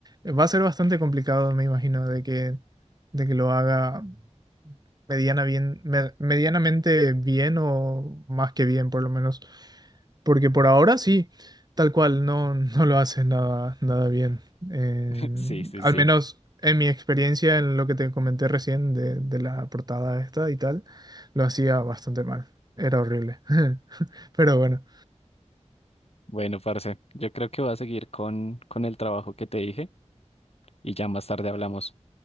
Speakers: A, on the right; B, on the left.
A: va a ser bastante complicado, me imagino, de que, de que lo haga. mediana bien, me- medianamente bien o más que bien, por lo menos. Porque por ahora sí, tal cual, no, <laughs> no lo hace nada, nada bien. Eh,
B: <laughs> Sí, sí,
A: al
B: sí.
A: menos en mi experiencia, en lo que te comenté recién de, de la portada esta y tal, lo hacía bastante mal. Era horrible. <laughs> Pero bueno,
B: Bueno, parce, yo creo que voy a seguir con, con el trabajo que te dije y ya más tarde hablamos.